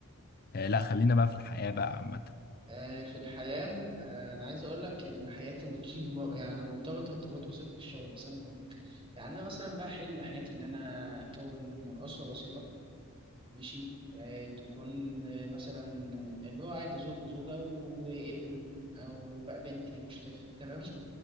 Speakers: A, on the left; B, on the right.
A: آه لا خلينا بقى في الحياة بقى عامة
B: آه في الحياة آه أنا عايز أقول لك إن حياتي <laughs> ممكن- يعني مرتبطة ارتباط وثيق بالشغل بس أنا يعني أنا مثلا بقى حلم حياتي إن أنا أكون أسرة بسيطة ماشي آه، تكون آه، مثلا اللي هو عادي زوج وزوجة وابن أو بقى بنت يعني مش هتفرق تمام